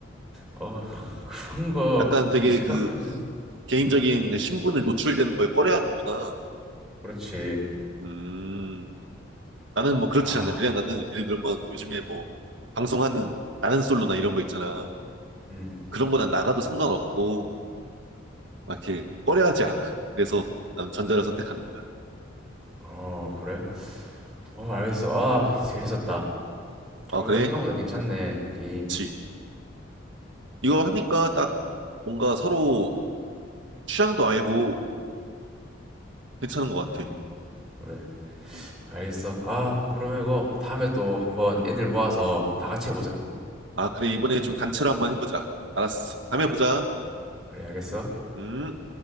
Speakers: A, in the centre; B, on the right.
A: 어, <laughs> 그런 거
B: 약간 되게
A: 생각하면
B: 그 개인적인
A: 음.
B: 그 신분을 노출되는 걸 꺼려하는구나.
A: 그렇지.
B: 음. 나는 뭐 그렇지
A: 아,
B: 않아. 그냥 나는 예를 들면 요즘에 뭐 방송하는 나는 솔로나 이런 거 있잖아.
A: 음.
B: 그런 거 난 나가도 상관없고 막 이렇게 꺼려하지 않아. 그래서 나는 전자를 선택하는 거야.
A: 어, 그래? 어, 알겠어. 아, 재밌었다.
B: 아,
A: 어,
B: 그래?
A: 이거 생각보다 괜찮네. 게임.
B: 그치. 이거 하니까 딱 뭔가 서로 취향도 알고 괜찮은 것
A: 음.
B: 같아.
A: 그래.
B: 음.
A: 알겠어. 아, 그러면 이거 다음에 또 한번 애들 모아서 다 같이 해보자.
B: 아, 그래. 이번에 좀 단체로 한번 해보자. 알았어. 다음에 보자.
A: 그래, 알겠어?
B: 음.